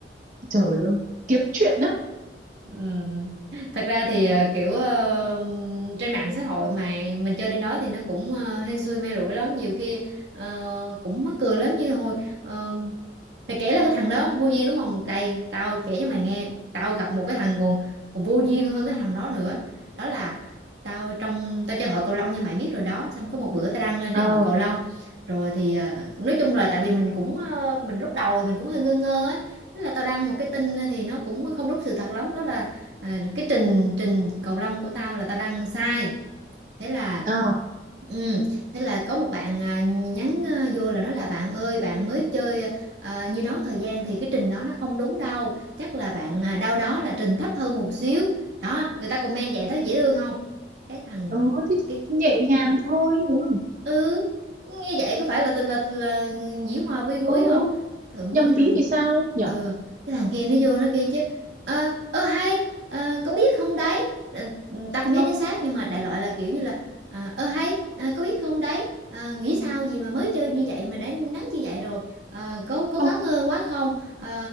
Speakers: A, on the right; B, on the right.
A: Trời ơi, kiếm chuyện á.
B: Ừ. Thật ra thì ờ, kiểu ờ, trên mạng xã hội mà mình chơi trên đó thì nó cũng ờ, hên xui may rủi lắm nhiều khi ờ, cũng mắc cười lắm như hồi ờ, mày kể là cái thằng đó vô duyên đúng không đây tao kể cho mày nghe tao gặp một cái thằng còn còn vô duyên hơn cái thằng đó nữa đó là tao trong tao chơi hội cầu lông như mày biết rồi đó xong có một bữa tao đăng lên
A: Ờ,
B: trên hội cầu lông rồi thì ờ, nói chung là tại vì mình cũng ờ, mình lúc đầu thì mình cũng hơi ngơ ngơ á thế là tao đăng một cái tin ờ, thì nó cũng không đúng sự thật lắm đó là à, cái trình trình cầu lông của tao là tao đăng sai thế là
A: ờ,
B: ừ, thế là có một bạn à, nhắn à, vô là nói là bạn ơi bạn mới chơi à, nhiêu đó thời gian thì cái trình đó nó không đúng đâu chắc là bạn à, đâu đó là trình thấp hơn một xíu đó người ta comment vậy thấy dễ thương không cái thằng
A: ờ, thì
B: cái, cái,
A: nhẹ
B: cái
A: nhàng thôi đúng không?
B: ừ như vậy có phải là là là dĩ hòa vi quý
A: Ừ,
B: không tự nhiên
A: nhầm
B: cái thằng
A: tí thì sao nhở?
B: ờ cái thằng kia nó vô nó kêu chứ ờ ờ hay ờ, có biết không đấy Ờ, ừ, tao không nhớ
A: Ờ,
B: chính xác nhưng mà đại loại là kiểu như là ờ ờ, hay ờ, có biết không đấy Ờ, nghĩ sao gì mà mới chơi như vậy mà đã nắng như vậy rồi Ờ, có có
A: ờ,
B: ngáo ngơ quá không Ờ,